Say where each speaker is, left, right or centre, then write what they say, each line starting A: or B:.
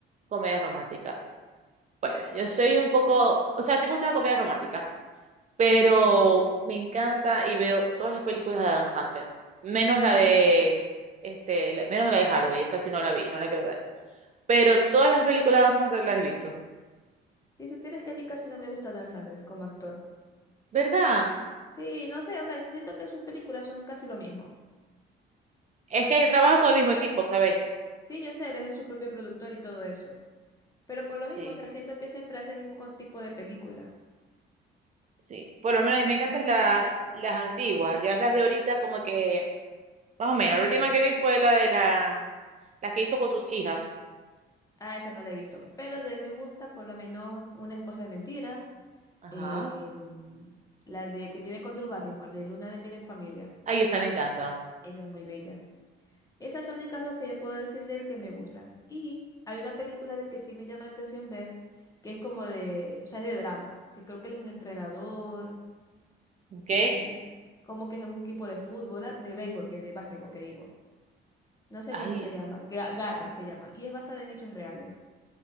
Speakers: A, on the right; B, on the left.
A: Comedia romántica. Bueno, yo soy un poco, o sea, sí me gusta la comedia romántica. pero me encanta y veo todas las películas de Adam Sandler, menos la de este, la- menos la de Halloween, esa sí no la vi, no la quiero ver. Pero todas las películas de Adam Sandler las he visto.
B: Si supieras que a mí casi no me gusta Dan Sandler como actor.
A: ¿Verdad?
B: Sí, no sé, ok, siento que sus películas son casi lo mismo.
A: Es que trabaja con el mismo equipo, ¿sabéis?
B: Sí, yo sé, él es su propio productor y todo eso. Pero por
A: Sí,
B: lo mismo, o sea, siento que siempre hace el mismo con- tipo de película.
A: sí. Por lo menos a mí me encantan la, las antiguas, ya las de ahorita como que más o menos. La última que vi fue la de la las que hizo con sus hijas.
B: Ah, esa no la he visto. Pero de él me gusta por lo menos Una esposa de mentira.
A: Ajá.
B: em, la de que tiene con Drew Barrymore, de Luna de miel en familia.
A: Ay, esa me encanta.
B: Esa es muy bella. Esas son las únicas dos que yo puedo decir de él que me gustan. Y hay una película del que sí me llama la atención ver, que es como de, o sea, es de drama, que creo que él es un entrenador
A: ¿Ok?
B: y como que es un equipo de fútbol, ah, de béisbol, que de básquetbol, que digo. No sé
A: Ay,
B: cómo se llama, Gra- Garra se llama, y es basada en hechos reales.